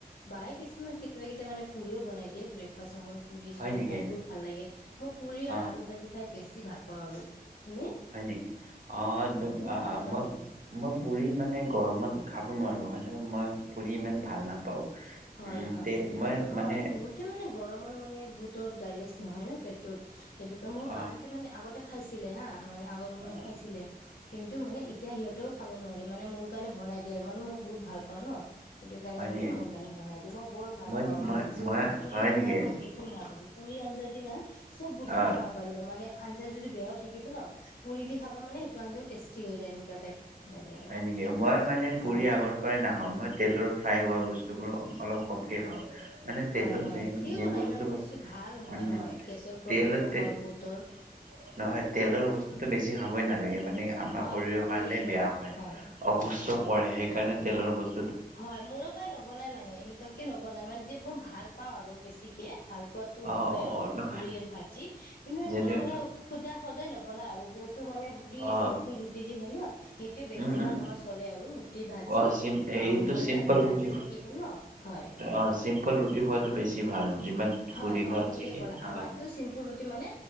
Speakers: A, on the left; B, on the right.
A: বাই কিছুমান কেতিয়াবা-কেতিয়াবা মানে পুৰিও বনাই দিয়ে। ব্ৰেকফাষ্টৰ সময়ত পুৰি
B: হয়
A: পুৰি
B: নেকি
A: খাই বহুত ভাল লাগে, মই পুৰি আৰু
B: অ
A: আলু ভাজি খাই বেছি ভাল পাওঁ আৰু। তুমি
B: হয় নি, অ'
A: তুমি ভাল পোৱা
B: মই
A: নেকি
B: মই পুৰি মানে গৰমত খা খাব নোৱাৰোঁ, মই পুৰি ইমান ভাল নাপাওঁ।
A: হয়-হয়,
B: উম তে
A: ঠিকে
B: মই
A: হয়।
B: মানে
A: বহুতে মানে গৰমত মানে বহুতৰ ডাইজেষ্ট নহয় ন পেটটোত সেইটো কাৰণে মোৰ
B: অ'
A: বা হতে মানে আগত খাইছিলে হা, মানে আগৰ সময়ত
B: অ'
A: খাইছিলে। কিন্তু মানে এতিয়া সিহঁতেও খাব নোৱাৰে, মানে মোৰ কাৰণে বনাই দিয়ে আৰু মানে মই বহুত ভাল পাওঁ ন। সেইটো কাৰণে
B: হয়
A: মানে
B: নেকি?
A: মোৰ কাৰণে বনাই দিয়ে, মই বৰ ভাল
B: মই
A: পাওঁ মানে
B: মই
A: যিহেতু
B: মই
A: পুৰি
B: হয়
A: বনাই
B: নেকি?
A: আৰু মোক একোৱেই নালাগে। পুৰি আঞ্জা দি না চব বস্তুৱে
B: অ'
A: খাব পাৰিব মানে আঞ্জা যদি বেয়াও থাকিব ন পুৰি দি খাবা মানে সেইটো আজ্ঞাও টেষ্টি হৈ যায়, এনেকুৱা টাইপ। লাগে আৰু
B: হয় নেকি, মই মানে পুৰি
A: হয়
B: আগৰ পৰাই নাখাওঁ। মই তেলৰ ফ্ৰাই হোৱা বস্তু বস্তুবোৰ অলপ কমকৈ হয়। মানে
A: হয়
B: তেলত
A: হয় ঠিকে
B: যি
A: ক'লা
B: বস্তু
A: ইমান বেছি
B: বা
A: ভাল নহয়
B: উম'
A: হয় গেছৰ প্ৰব্লেমো
B: তেলতে
A: হয়
B: নহয়
A: বহুতৰ
B: তেলৰ বস্তুতটো বেছি খাবই নালাগে মানে আমাৰ
A: হয়
B: শৰীৰৰ
A: হয়
B: কাৰণে
A: ঠিকে ক'লা
B: বেয়া হয়। অসুস্থ
A: হয়
B: কৰে সেইকাৰণে তেলৰ বস্তু।
A: হয় মোৰো প্ৰায় নবনাই মানে এনেকুৱাকে নবনাই মানে যে মই ভাল পাওঁ আৰু বেছিকে ভাল। পোৱাতো
B: অ
A: হয়
B: অ
A: আৰু এনেকুৱা
B: নহয়
A: পুৰি আৰু ভাজি কিন্তু এনেকুৱা
B: যেনে
A: মানে সুধা সদায় নবনায় আৰু যিহেতু। সেইটো মানে ৰুটি
B: অ
A: চিম্পুল ৰুটি যি বনোৱা সেইটোয়ে বেছিভাগ
B: উম উম
A: আমাৰ চলে আৰু ৰুটি ভাজি।
B: অ চিম এইটো
A: আহ নহলে
B: চিম্পল
A: ৰাতিৰ
B: ৰুটি
A: আঞ্জা থাকিব ন হয়
B: অ' চিম্পল ৰুটি খোৱাটো বেছি ভাল। যিমান
A: হয়
B: পুৰি
A: হয়
B: খোৱাত
A: ঠিকে
B: চেকে
A: ক'লা আমাৰতো
B: অ
A: চিম্পুল ৰুটি মানে।